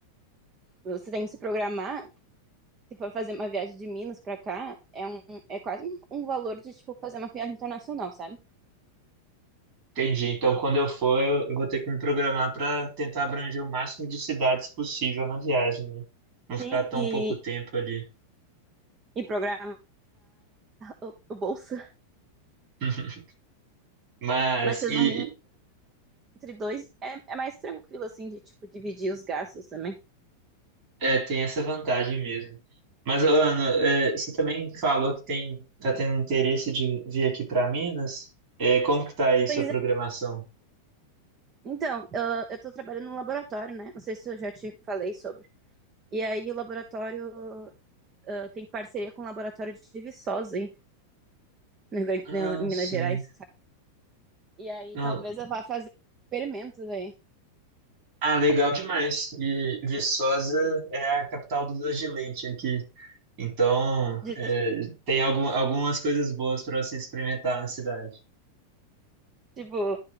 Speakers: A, on the right; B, on the right.
A: Você tem que se programar. Se for fazer uma viagem de Minas para cá, é, um, é quase um, um valor de, tipo, fazer uma viagem internacional, sabe?
B: Entendi. Então, quando eu for, eu eu vou ter que me programar para tentar abranger o máximo de cidades possível na viagem, né? Não ficar
A: Sim,
B: tão
A: e,
B: pouco tempo ali.
A: e programar o, o- o bolso.
B: <laughs> Mas
A: Mas vocês
B: e
A: vão vir entre dois, é, é mais tranquilo, assim, de, tipo, dividir os gastos também.
B: é, tem essa vantagem mesmo. Mas, ô, Ana, é, você também falou que tem tá tendo interesse de vir aqui para Minas. É, como que tá aí sua
A: Pois
B: programação?
A: é. Então, eu, eu tô trabalhando no laboratório, né? Não sei se eu já te falei sobre. E aí, o laboratório ah, tem parceria com o laboratório de Viçosa, aí, no Rio Grande,
B: Ah,
A: no- em
B: sim.
A: Minas Gerais, sabe? E aí,
B: Não-
A: talvez eu vá fazer experimentos aí.
B: Ah, legal demais. E Viçosa é a capital do doce de leite aqui. Então,
A: De,
B: é, tem algum, algumas coisas boas para você experimentar na cidade.
A: tipo,